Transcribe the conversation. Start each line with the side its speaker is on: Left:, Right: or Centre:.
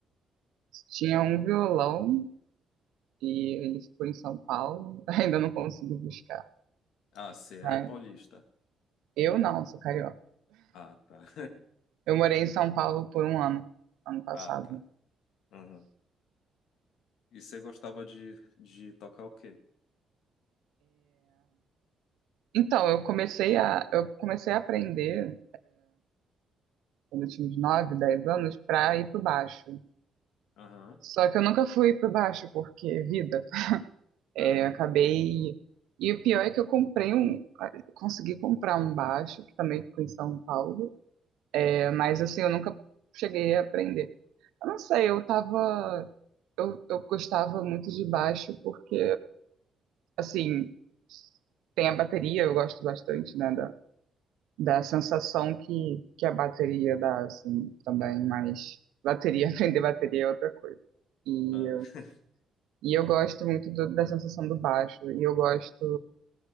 Right: Tinha um violão e ele ficou em São Paulo. <laughs> Ainda não consigo buscar.
Left: Ah, você é
Right: né?
Left: paulista.
Right: Eu não, sou carioca.
Left: Ah, tá.
Right: Eu morei em São Paulo por um ano, ano passado.
Left: Ah, tá. Aham. E você gostava de, de tocar o quê?
Right: Então, eu comecei a, eu comecei a aprender quando eu tinha uns 9, 10 anos para ir pro baixo.
Left: Aham,
Right: Só que eu nunca fui pra baixo, porque vida. É,
Left: aham,
Right: acabei. E o pior é que eu comprei um. Consegui comprar um baixo, que também ficou em São Paulo. É, mas assim, eu nunca cheguei a aprender. Eu não sei, eu tava. Eu, eu gostava muito de baixo, porque, assim, tem a bateria, eu gosto bastante, né? Da, da sensação que, que a bateria dá, assim, também. Mas bateria, <laughs> aprender bateria é outra coisa. E.
Left: aham. <laughs>
Right: E eu gosto muito do- da sensação do baixo. E eu gosto